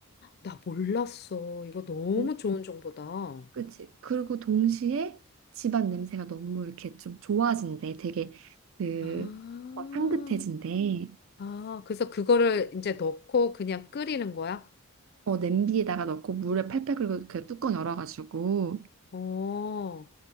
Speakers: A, on the left; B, on the right.
A: 나 몰랐어. 이거 너무
B: 뭐
A: 좋은 정보다.
B: 그치. 그리고 동시에 집안 냄새가 너무 이렇게 좀 좋아진대. 되게 그
A: 아.
B: 어, 향긋해진대.
A: 아, 그래서 그거를 이제 넣고 그냥 끓이는 거야?
B: 어, 냄비에다가 넣고 물에 팔팔 끓이고 그 뚜껑 열어가지고.
A: 어,